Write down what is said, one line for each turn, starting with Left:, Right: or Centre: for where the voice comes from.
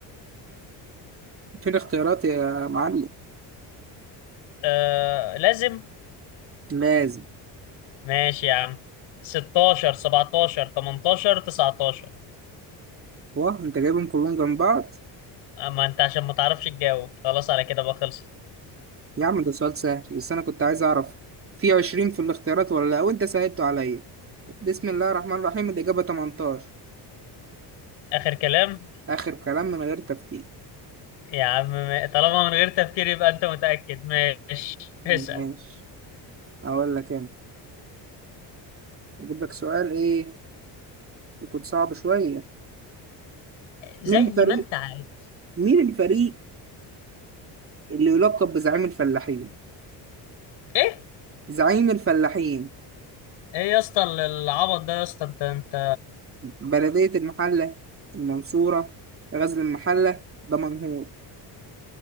Right: فين اختيارات يا معلم
Left: آه لازم
Right: لازم
Left: ماشي يا عم 16 17 18 19
Right: واه أنت جايبهم كلهم جنب بعض
Left: اما انت عشان ما تعرفش تجاوب خلاص على كده بقى خلصت
Right: يا عم ده سؤال سهل بس أنا كنت عايز أعرف في عشرين في الاختيارات ولا لأ وأنت سهلته عليا بسم الله الرحمن الرحيم الإجابة 18
Left: اخر كلام
Right: آخر كلام من غير تفكير
Left: يا عم ما- طالما من غير تفكير يبقى انت متأكد ماشي
Right: ماشي
Left: اسأل
Right: أقول لك أنا أجيب لك سؤال إيه يكون صعب شوية
Left: زي
Right: مين الفريق
Left: ما انت عايز
Right: مين الفريق اللي يلقب بزعيم الفلاحين
Left: ايه
Right: زعيم الفلاحين
Left: ايه يا اسطى ال- العبط ده يا اسطى انت انت
Right: بلدية المحلة المنصورة غزل المحلة دمنهور